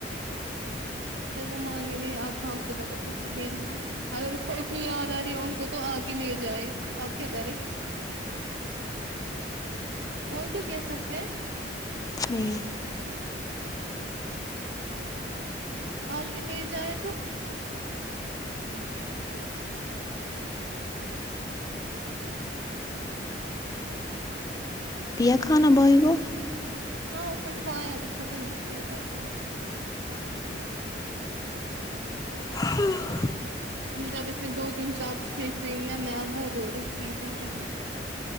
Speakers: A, on the right; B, on the left.
A: جب وہ مانگنی لے آپ گاؤ کو زبردستی بھیجیں گے اگر اس کو اتنی یاد آ رہی ہے ان کو تو آ کے لے جائے آپ کیا کریں اور کیا کہ سکتے ہے
B: نہیں
A: آ کے لے جائے تو
B: دیا کھانا بھائی کو
A: ہاں پھر کھایا بھی ختم بھی کیا کھاکے
B: ہ
A: مج جب اب اس نے دو تین ساپ سے س میں میں وہ دھو رہی تھی پہلے